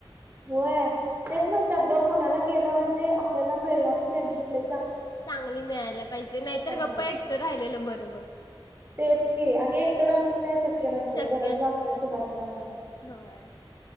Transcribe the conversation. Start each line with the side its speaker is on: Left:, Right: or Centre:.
Right: होय तेच म्हणतात ग पुण्याला गेलं म्हणजे आपल्याला मिळणारी फ्रेंडशिप ल
Left: चांगली मिळायला पाहिजे नाहीतर
Right: समजायचं
Left: गप्प एकट राहिलेल बर मग.
Right: तेच की आणि एकट राहण काय शक.. शक्य नसतय
Left: शक्य
Right: गरज
Left: नसते
Right: लागतेच कुणाची ना कुणाची.
Left: होय.